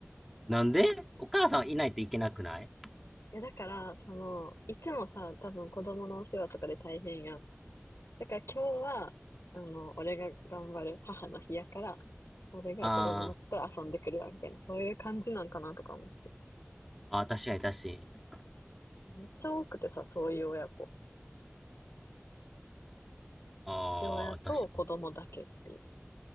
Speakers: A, in the centre; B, on the left.
A: なんでお母さんいないといけなくない
B: いやだから、その、いつもさ、多分子供のお世話とかで大変やん。だから今日は、あの、俺が頑張る母の日やから、俺が子供たちと遊んでくるわ、
A: あー
B: みたいな、そういう感じなんかなとか思って。
A: あー、確かに確かに。
B: めっちゃ多くてさ、そういう親子。
A: ああ、
B: 父親と子供だけっていう。
A: 確かに。